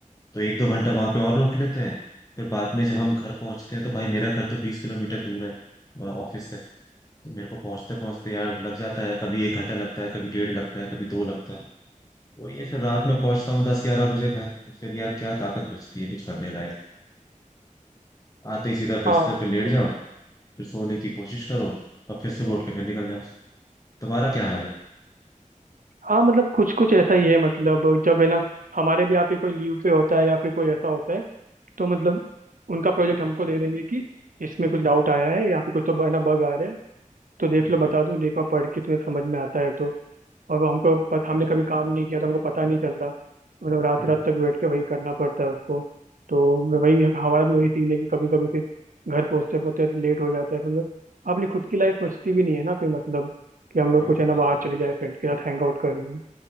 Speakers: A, on the left; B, on the right.
A: तो एक दो घंटा वहां पे और रोक लेते हैं फिर बाद में जब हम घर पहुंचते हैं तो भाई मेरा घर तो बीस किलोमीटर दूर है वहाँ ऑफिस से तो मेरे को पहुंचते पहुंचते यार लग जाता है कभी एक घंटा लगता है कभी डेढ़ लगता है कभी दो लगता है वही है फिर रात में पहुंचता हूँ दस ग्यारह बजे घर फिर यार क्या ताकत बचती है कुछ करने लायक आते ही सीधा
B: हाँ
A: बिस्तर पे लेट
B: तो
A: जाओ फिर सोने की कोशिश करो और फिर सुबह उठ के फिर निकल जाओ तुम्हारा क्या हाल है
B: हाँ मतलब कुछ कुछ ऐसा ही है मतलब जब है ना हमारे भी यहाँ पे कोई लीव पे होता है या फिर कोई ऐसा होता है तो मतलब उनका प्रोजेक्ट हमको दे देंगे कि इसमें कुछ डाउट आया है यहाँ पे कुछ तो है ना बग आ रहे हैं तो देख
A: हम्म
B: लो बता
A: हम्म
B: दो देखो पढ़ के तुम्हें समझ में आता है तो और वो हमको पत, हमने कभी काम नहीं किया तो हमको पता नहीं चलता मतलब रात
A: हम्म,
B: रात तक बैठ के वही करना पड़ता है उसको तो मैं
A: हम्म,
B: वही हमारा भी वही सीन है कि कभी कभी फिर घर पहुंचते पहुंचते लेट हो जाता है मतलब अपनी खुद की लाइफ बचती भी नहीं है ना फिर मतलब कि हम लोग
A: वही
B: कुछ
A: तो
B: है ना
A: बात
B: बाहर
A: है
B: चले जाए फ्रेंड के साथ हैंग आउट कर लें